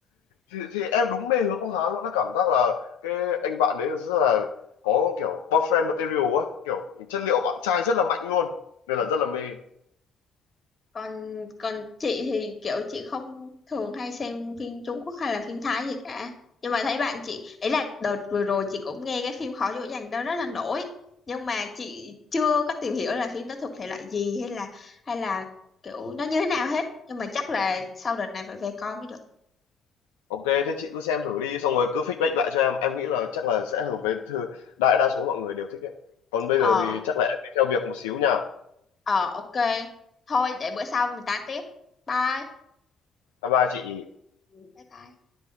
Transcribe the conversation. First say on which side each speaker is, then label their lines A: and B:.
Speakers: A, on the left; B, on the left.
A: thì, thì em đúng mê hướng con Hán luôn nó cảm giác là cái anh bạn đấy rất là có kiểu boyfriend material á kiểu chất liệu bạn trai rất là mạnh luôn nên
B: Ừ.
A: là rất là mê
B: còn còn chị thì kiểu chị không thường hay xem phim Trung Quốc hay là phim Thái gì cả nhưng mà thấy bạn chị ấy là đợt vừa rồi chị cũng nghe cái phim Khó dỗ dành đó rất là nổi nhưng mà chị chưa có tìm hiểu là phim đó thuộc thể loại gì hay là hay là kiểu nó như thế nào hết nhưng mà chắc là sau đợt này phải về coi mới được
A: ok thế chị cứ xem thử đi xong rồi cứ feedback lại cho em em nghĩ là chắc là sẽ hợp với thư- đại đa số mọi người đều thích đấy còn bây
B: ờ
A: giờ thì chắc là em đi theo việc một xíu nha
B: ờ ok thôi để bữa sau mình tám tiếp bye
A: bye bye chị
B: Ừ. bye bye